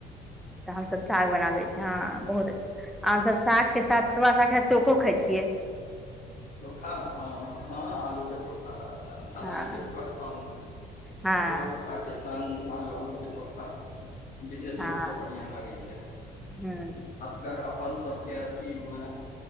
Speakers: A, in the centre; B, on the left.
A: तऽ हमसब साग बनाबे छी हँ बहुत अच्छा आ हम सभ साग केँ साथ <unintelligible> चोखो खाइ छियै
B: चोखा हँ हँ आलू केँ चोखा तऽ खाई
A: हँ
B: छै ओकर संग
A: हँ
B: मे
A: हँ
B: पहुआ केँ साग केँ संग आलू आलू केँ चोखा विशेष
A: हूँ
B: रूप सँ बढ़िया लागे छै
A: हँ
B: अगर अपन सब केँ अथी मे